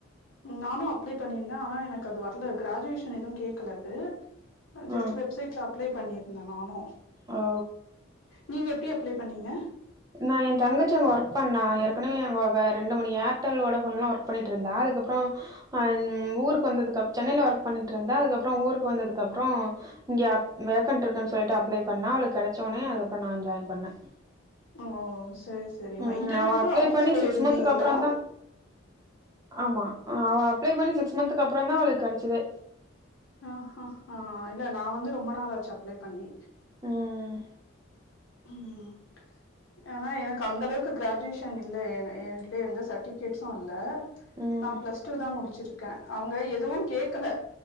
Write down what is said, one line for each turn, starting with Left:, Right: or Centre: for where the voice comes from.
Left: நானும் அப்ளை பண்ணிருந்தே ஆனா எனக்கு அது வரல கிராஜுவேஷன் எதுவு கேக்கலது ஜஸ்ட்
Right: ஆ
Left: வெப்சைட்ல அப்ளை பண்ணியிருந்த நானு
Right: ஓ
Left: நீங்க எப்டி அப்ளை பண்ணீங்க
Right: நான் என் தங்கச்சி அங்க ஒர்க் பண்ணா ஏற்கனவே அங்க ரெண்டு மணி ஏர்டெல்லோட போன்லாம் ஒர்க் பண்ணிட்டு இருந்தா அதுக்கப்புறம் அ ஹ் ஊருக்கு வந்தது அப் சென்னையில ஒர்க் பண்ணிட்டு இருந்தா அதுக்கப்புறம் ஊருக்கு வந்ததுக்கு அப்புறம் இங்க வேகண்ட் இருக்குன்னு சொல்லிட்டு அப்ளை பண்ணா அவளுக்கு கிடைச்ச உனே அதுக்கப்புறம் நான் ஜாயின் பண்ணேன்
Left: ஓ சரி சரிம்மா
Right: ம்
Left: இன்டர்வியூக்கு
Right: அவ அப்ளை
Left: ஆஃபீஸ்
Right: பண்ணி
Left: போயிருந்தீங்களா
Right: சிக்ஸ் மந்த்துக்கு அப்றந்தா ஆமா அவ அப்ளை பண்ணி சிக்ஸ் மந்த் க்கு அப்புறம் தான் அவளுக்கு கிடைச்சதே
Left: ஆ ஹ ஹா இல்ல நான் வந்து ரொம்ப நாளாச்சு அப்ளை பண்ணி
Right: ம்
Left: ம் ஆனா எனக்கு அந்தளவுக்கு கிராஜுவேஷன் இல்ல எ என்கிட்ட எந்த சர்டிபிகேட்ஸும் இல்ல
Right: ம்
Left: நான் பிளஸ் டூ தான் முடிச்சிருக்கேன் அவங்க எதுவும் கேக்கல